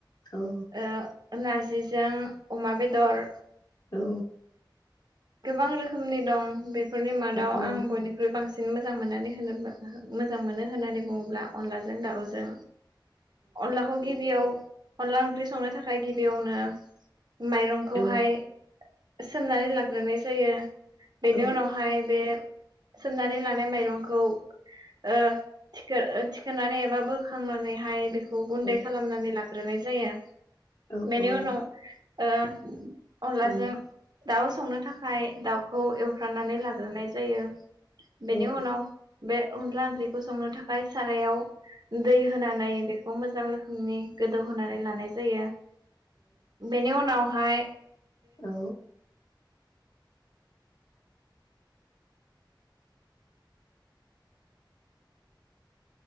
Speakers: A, on the left; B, on the right.
A: औ
B: ओ नारजिजों अमा बेदर,
A: औ
B: गोबां रोखोमनि दं बे फोरनि मादाव
A: औ
B: आं बयनिख्रुइ बांसिन मोजां मोननानै होनोबा मोजां मोनो होननानै बुङोब्ला अनला जों दाउजों अनलाखौ गिबियाव अनला ओंख्रि संनो थाखाय गिबियावनो माइरंखौहाय
A: औ
B: सोमनानै ला ग्रोनाय जायो बेनि
A: औ
B: उनावहाय बे सोमनानै लानाय माइरंखौ ओ थिखो नानै एबा बोखांनानैहाय बेखौ गुन्दै
A: औ
B: खालामनानै ला ग्रोनाय जायो।
A: औ
B: बेनि
A: औ
B: उनाव ओ अनलाजों
A: औ औ
B: दाउ संनो थाखाय दाउखौ एवफ्रानानै लाग्रोनाय जायो बेनि
A: औ
B: उनाव बे अनला ओंख्रिखौ संनो थाखा फ्राय सारायाव दै होनानै बेखौ मोजां रोखोमनि गोदौहोनानै लानाय जायो। बेनि उनाव हाय
A: औ